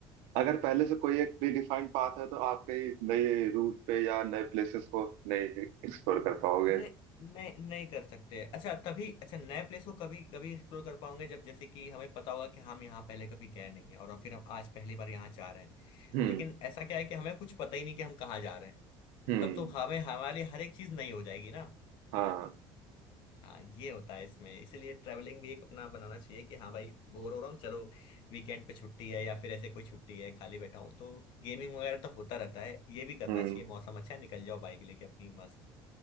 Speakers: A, on the right (about 85°); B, on the left (about 55°).
A: अगर पहले से कोई एक प्री डिफाइंड पाथ है तो आप कहीं नए रूट पे या नए प्लेसेस को नहीं एक्सप्लोर कर पाओगे
B: <laughs> नहीं नहीं नहीं कर सकते अच्छा तभी अच्छा नए प्लेस को कभी कभी एक्सप्लोर कर पाओगे जब जैसे कि हमें पता होगा कि हम यहाँ पहले कभी गए नहीं है और फिर हम आज पहली बार यहाँ जा रहे हैं
A: हम्म
B: लेकिन ऐसा क्या है कि हमें कुछ पता ही नहीं कि हम कहाँ जा रहे हैं
A: हम्म
B: तब तो हमें हमारे लिए हर एक चीज नई हो जाएगी ना
A: हाँ
B: हाँ ये होता है इसमें इसीलिए ट्रैवलिंग भी एक अपना बनाना चाहिए कि हाँ भाई बोर हो रहा हूँ चलो वीकेंड पे छुट्टी है या फिर ऐसे कोई छुट्टी है खाली बैठा हूँ तो गेमिंग वगैरह तो होता रहता है ये भी करना
A: हम्म
B: चाहिए मौसम अच्छा है निकल जाओ बाइक लेके अपनी मस्त